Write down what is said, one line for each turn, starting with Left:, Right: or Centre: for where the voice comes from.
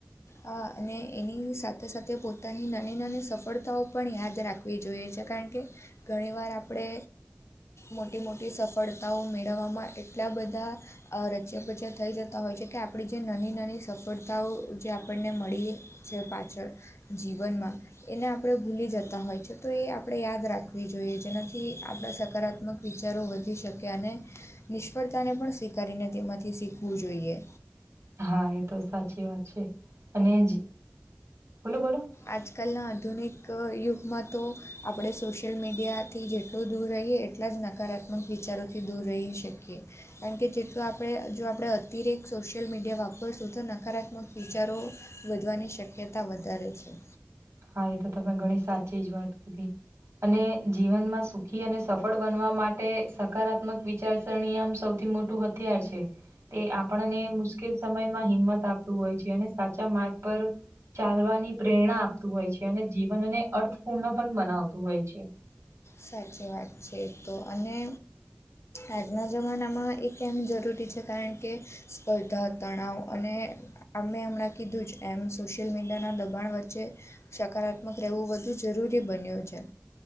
Left: હા અને એની સાથે સાથે પોતાની નાની નાની સફળતાઓ પણ યાદ રાખ વી જોઈએ છે કારણ કે ઘણીવાર આપડે મોટી મોટી સફળતાઓ મેળવવામાં એટલા બધા રચ્યા પચ્યા થઈ જતા હોય છે કે આપણી જે નાની નાની સફળતાઓ જે આપણને મળીએ છે પાછળ જીવનમાં એને આપણે ભૂલી જતા હોય છે તો એ આપણે યાદ રાખવી જોઈએ જેનાથી આપણે સકારાત્મક વિચારો વધી શકે અને નિષ્ફળતાને પણ સ્વીકારીને તેમાંથી શીખવું જોઈએ.
Right: હા એ તો સાચી વાત છે અને જ બોલો બોલો
Left: આજકાલના આધુનિક યુગમાં તો આપડે સોશિયલ મીડિયાથી જેટલું દૂર રહીએ એટલા જ નકારાત્મક વિચારોથી દૂર રહી શકીએ. કારણ કે જેટલો આપણે જો આપણે અતિરેક સોશિયલ મીડિયા વાપરશું તો નકારાત્મક વિચારો વધવાની શક્યતા વધારે છે.
Right: હા એ તો તમે ઘણી સાચી જ વાત કીધી અને જીવનમાં સુખી અને સફળ બનવા માટે સકારાત્મક વિચારસરણી આમ સૌથી મોટું હથિયાર છે. તે આપણને મુશ્કેલ સમયમાં હિંમત આપતું હોય છે અને સાચા માર્ગ પર ચાલવાની પ્રેરણા આપતું હોય છે અને જીવનને અર્થપૂર્ણ પણ બનાવતું હોય છે.
Left: સાચી વાત છે એતો અને આજના જમાનામાં એ કેમ જરૂરી છે કારણ કે સ્પર્ધા તણાવ અને અમે હમણાં કીધું જ એમ સોશિયલ મીડિયાના દબાણ વચ્ચે સકારાત્મક રહેવું વધુ જરૂરી બન્યું છે.